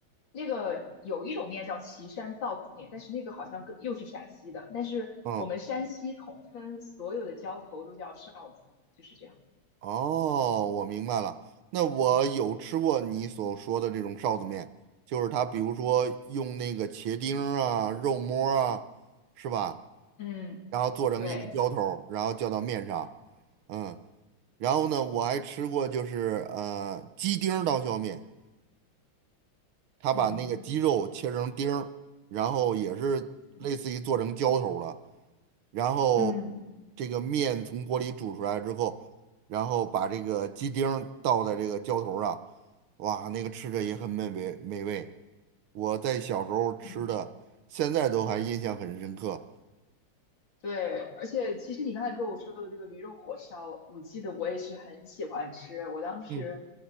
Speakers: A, on the left; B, on the right.
A: 那个有一种面叫岐山臊子面，但是那个好像更又是陕西的，但是我们山西统称所有的浇头都叫臊子，
B: 嗯，
A: 就是这样。
B: 哦，我明白了。那我有吃过你所说的这种臊子面，
A: 嗯
B: 就是它，比如说用那个茄丁儿啊、肉末儿啊，是吧？
A: 嗯，
B: 然后做成一个浇头儿，
A: 对，
B: 然后浇到面上，嗯，然后呢，我还吃过就是呃鸡丁儿刀削面，他把那个鸡肉切成丁儿，
A: 嗯
B: 然后也是类似于做成浇头儿了，
A: 其实嗯
B: 然后
A: 嗯。
B: 这个面从锅里煮出来之后，然后把这个鸡丁儿倒在这个浇头儿上，哇，那个吃着也很美味美味，我在小时候吃的，
A: 嗯。
B: 现在都还印象很深刻，
A: 对，而且其实你刚才跟我说的这个驴肉火烧，我记得我也是很喜欢吃。我当时
B: 嗯